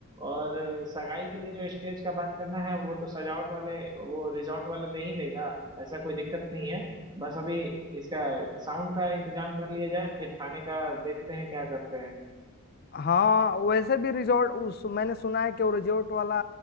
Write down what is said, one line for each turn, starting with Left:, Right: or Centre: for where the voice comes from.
Right: और सगाई के लिए जो स्टेज का बात करना है वो तो सजावट वाले वो रिजॉर्ट वाला दे ही देगा ऐसा कोई दिक्कत नहीं है बस अभी इसका साउंड का इंतजाम कर लिया जाए फिर खाने का देखते हैं क्या करते हैं
Left: हाँ वैसे भी रिजॉर्ट उस मैंने सुना है कि वो रिजॉर्ट वाला